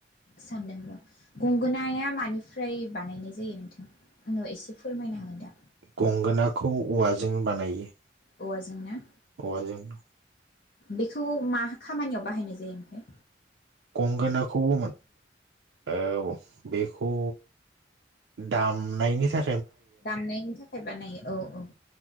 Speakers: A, on the left (about 50°); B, on the right (about 80°).
A: सानदों र' गंगोनाया मानिफ्राय बानायनाय जायो नोंथां आंनो एसे फोरमायनो हागोन दा
B: गंगोनाखौ औवाजों बानायो।
A: औवाजोंनो
B: औवा जोंनो
A: बिखौ मा खामानियाव बाहायनाय जायो ओमफाय?
B: गंगोनाखौबो मोन औ बेखौ दाम नायनि था
A: दामनायनि थाखाय बानायो औ औ।